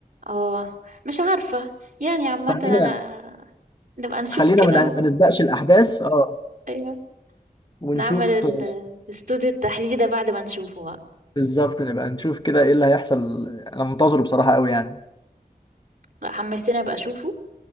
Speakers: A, on the right; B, on the left.
A: اه مش عارفة يعني عامة
B: خلينا
A: انا نبقى
B: <laughs>
A: نشوف
B: خلينا
A: كده
B: ما ن-
A: و...
B: ما نسبقش الاحداث اه
A: ايوه
B: ونشوف
A: نعمل ال-
B: آه،
A: الاستوديو التحليلي ده بعد ما نشوفه بقى
B: بالظبط نبقى نشوف كده ايه اللي هيحصل انا منتظره بصراحه قوي يعني
A: لا، حمستني ابقى اشوفه